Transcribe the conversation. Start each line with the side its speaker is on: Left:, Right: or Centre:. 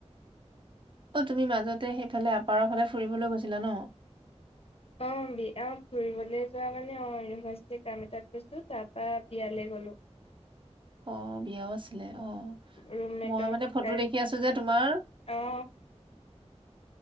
Right: অ তুমি মাজত তে ইফালে আপাৰৰ ফালে ফুৰিবলৈ গৈছিলা ন।
Left: অ বিয়া ফুৰিবলৈ যোৱা মানে অ ইউভাৰ্চিটিৰ কাম এটাত গৈছো তাৰ পৰা বিয়ালৈ গ'লো।
Right: অ বিয়াও আছে। ছিলে অ
Left: ৰুমমেটৰ
Right: মই মানে
Left: ককায়েক
Right: ফটো দেখি আছো যে তোমাৰ!
Left: অ